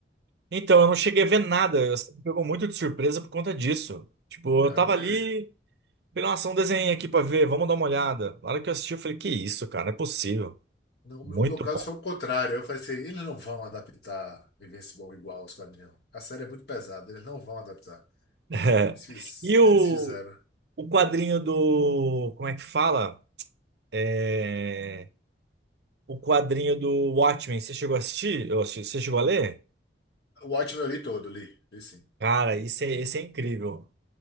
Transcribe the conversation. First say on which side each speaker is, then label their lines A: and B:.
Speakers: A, on the right (about 60°); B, on the left (about 60°).
A: Então, eu não cheguei a ver nada. Você me pegou muito de surpresa por conta disso. Tipo,
B: É,
A: eu tava
B: Eu-
A: ali.
B: eu-
A: Falei, Nossa, um desenho aqui pra ver, vamos dar uma olhada. Na hora que eu assisti, eu falei, que isso, cara, não é possível.
B: no meu
A: Muito
B: no meu caso
A: bom.
B: foi o
A: <laughs>
B: contrário. Eu falei assim, eles não vão adaptar Invincible igual aos quadrinhos. A série é muito pesada, eles não vão adaptar.
A: É.
B: Eles, fiz-
A: E o,
B: eles fizeram.
A: o quadrinho do. Como é que fala? É, o quadrinho do Watchmen, você chegou a assistir? Ou assi- Você chegou a ler?
B: O Watchmen eu li todo, li, li sim.
A: Cara, isso é, esse é incrível.